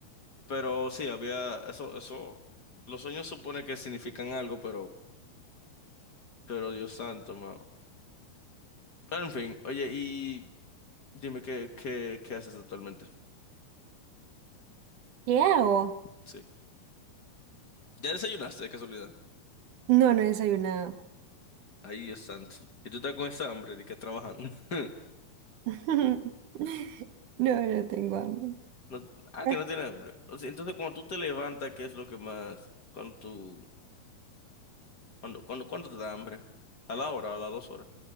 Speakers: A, on the left; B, on the right.
A: Pero sí, había eso, eso. Los sueños supone que significan algo, pero, pero Dios santo, mano. Pero en fin, oye, y dime qué, qué, qué haces actualmente.
B: ¿Qué hago?
A: Sí. ¿Ya desayunaste de casualidad?
B: No, no he desayunado.
A: Ahí es santo. Y tú estás con esa hambre de que trabajando. <laughs>
B: <laughs> No, no tengo hambre.
A: No- ah,
B: Ah,
A: que no tienes hambre. O sea, entonces, cuando tú te levantas, ¿qué es lo que más? Cuando tú, cuando, cuando, ¿cuándo te da hambre? ¿A la hora o a las dos horas?